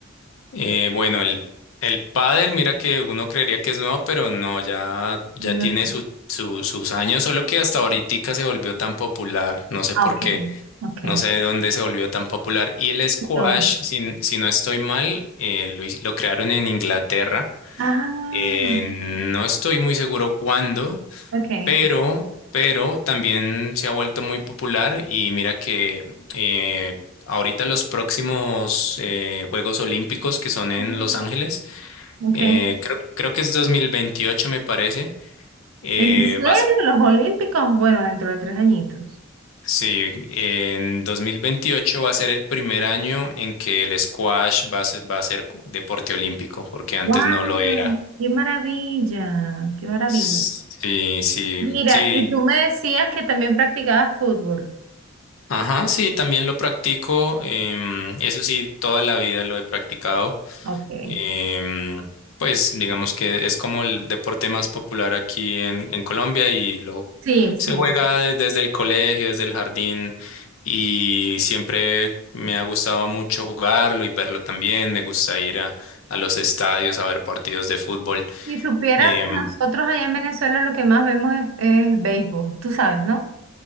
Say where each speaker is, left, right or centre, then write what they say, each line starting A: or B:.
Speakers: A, on the left; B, on the right.
A: eh, bueno, el, el pádel, mira que uno creería que es nuevo, pero no, ya, ya
B: Mm.
A: tiene su, su- sus años, solo que hasta ahorita se volvió tan popular, no sé
B: Ah,
A: por
B: ok,
A: qué.
B: ok.
A: No sé de dónde se volvió tan popular. Y el squash,
B: No.
A: si, si no estoy mal, eh, lo, hi- lo crearon en Inglaterra.
B: Ah,
A: Eh, no estoy muy seguro cuándo,
B: ok.
A: pero, pero también se ha vuelto muy popular. Y mira que eh, ahorita los próximos eh, Juegos Olímpicos que son en
B: Mm,
A: Los Ángeles,
B: Ok.
A: eh, creo, creo que es 2028, me parece. eh,
B: ¿En serio?
A: va
B: ¿Los Olímpicos? Bueno, dentro de tres añitos.
A: Sí, en 2028 va a ser el primer año en que el squash va a ser, va a ser co- deporte olímpico, porque antes
B: ¡Wow!
A: no lo era.
B: ¡Qué maravilla! ¡Qué maravilla!
A: Sí, sí,
B: Mira,
A: sí.
B: y tú me decías que también practicabas fútbol.
A: Ajá, sí, también lo practico. em, eso sí, toda la vida lo he practicado.
B: Ok.
A: Em, pues digamos que es como el deporte más popular aquí en, en Colombia y lo
B: Sí, sí.
A: se juega de- desde el colegio, desde el jardín y siempre me ha gustado mucho jugarlo y verlo también. Me gusta ir a, a los estadios a ver partidos de fútbol.
B: Si supieras
A: Em,
B: que nosotros allá en Venezuela lo que más vemos es, es béisbol, tú sabes, ¿no?